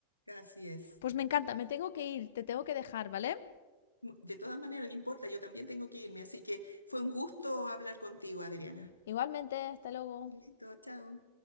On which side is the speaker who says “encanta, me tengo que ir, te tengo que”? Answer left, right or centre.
Left